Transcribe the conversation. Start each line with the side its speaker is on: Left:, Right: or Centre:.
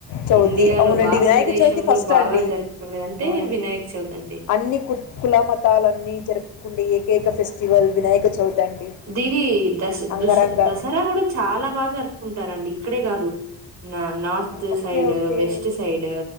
Left: చవితి
Right: ఇండియాలో
Left: అవునండి
Right: భారత్
Left: వినాయక
Right: భారతదేశంలో
Left: చవితి ఫస్ట్
Right: బాగా
Left: అండి.
Right: జరుపుకునేదింటే
Left: ఆ!
Right: వినాయక్ చవితండి
Left: అన్ని కు కులమతాలన్నీ జరుపుకుంటే ఏకైక ఫెస్టివల్ వినాయక చవితి అండి
Right: దీది దస్
Left: అంగరంగ
Right: దస్ దసరా కూడా చాలా బాగా జరుపుకుంటారండి ఇక్కడే కాదు నా north
Left: okay
Right: side
Left: okay
Right: west side